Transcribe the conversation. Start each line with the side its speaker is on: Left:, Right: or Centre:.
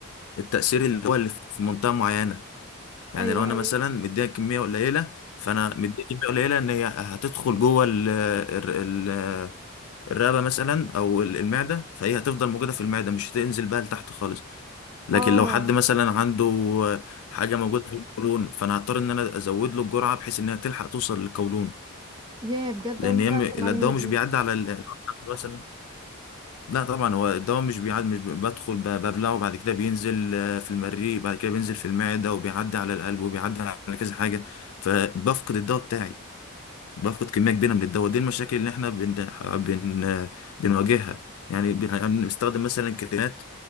Left: التأثير اللي هو اللي في منطقة معينة يعني
Right: ايوه
Left: لو أنا
Right: ايوه
Left: مثلا مديها كمية قليلة فأنا مديها كمية قليلة إن هي هتدخل جوه ال- ال- ال- الرقبة مثلا أو المعدة فهي هتفضل موجودة في المعدة مش هتنزل بقى لتحت خالص لكن
Right: اه
Left: لو حد مثلا عنده حاجه موجوده في القولون فانا هضطر ان انا ازود له الجرعه بحيث انها تلحق توصل للقولون
Right: يا بجد
Left: لان
Right: اول مره
Left: هي م-
Right: اعرف
Left: الدواء
Right: المعلومه دي
Left: مش بيعدي على ال- الأرض مثلا لا طبعا هو الدواء مش بيعدي مش ب- بدخل ب- ببلعه بعد كده بينزل آه، في المريء بعد كده بينزل في المعده وبيعدي على القلب وبيعدي على كذا حاجه فبفقد الدواء بتاعي بفقد كميه كبيره من الدواء دي المشاكل اللي احنا بن بن بنواجهها يعني بن- بنستخدم مثلا كريمات